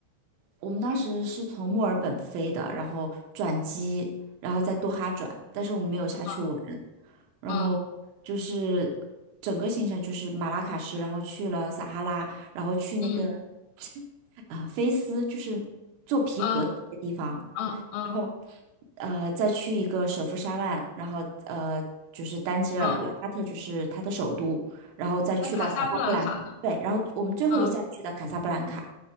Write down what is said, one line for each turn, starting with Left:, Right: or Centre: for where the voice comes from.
Right: 我们当时是从墨尔本飞的，然后转机，然后在多哈转，但是我们没有下去玩，
Left: 啊
Right: 然后就是整个行程就是马拉喀什，
Left: 嗯
Right: 然后去了撒哈拉，然后去那个
Left: 嗯
Right: <laughs> 啊、呃菲斯，就是做皮革的那个地方。
Left: 嗯嗯嗯
Right: 然后呃再去一个首府沙万，然后呃就是丹吉尔，
Left: 嗯，
Right: 拉法特就是它的首都，然后再去到卡萨布兰，
Left: 那卡萨布兰卡呢？
Right: 对，然后我们最后一站去的卡萨布兰卡，
Left: 啊